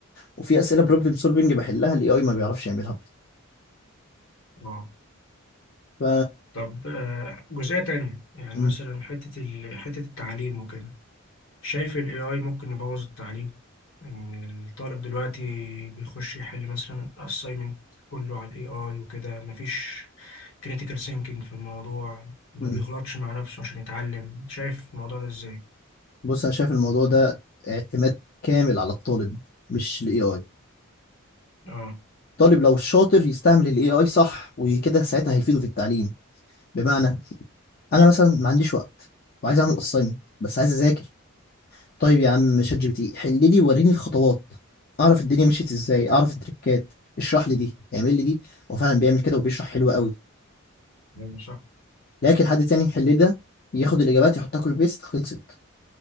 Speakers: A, on the left; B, on the left.
A: وفي اسئله بروبلم سولفنج بحلها الاي اي ما بيعرفش يعملها برضه
B: اه
A: ف
B: طب آه، جزئية تانية يعني
A: م-
B: مثلا حتة ال... حتة التعليم وكده شايف ال AI ممكن يبوظ التعليم إن الطالب دلوقتي بيخش يحل مثلا الأسايمنت كله على ال AI وكده مفيش critical thinking في الموضوع ما
A: م.
B: بيغلطش مع نفسه عشان يتعلم شايف الموضوع ده إزاي؟
A: بص انا شايف الموضوع ده اعتماد كامل على الطالب مش الاي اي
B: آه
A: الطالب لو شاطر يستعمل الاي اي صح وكده ساعتها هيفيده في التعليم بمعنى انا مثلا ما عنديش وقت وعايز اعمل اساينمنت بس عايز اذاكر طيب يا عم شات جي بي تي حل لي وريني الخطوات اعرف الدنيا مشيت ازاي اعرف التريكات اشرح لي دي اعمل لي دي هو فعلا بيعمل كده وبيشرح حلو قوي
B: أيوة صح
A: لكن حد تاني يحل لي ده ياخد الاجابات يحطها كوبي بيست خلصت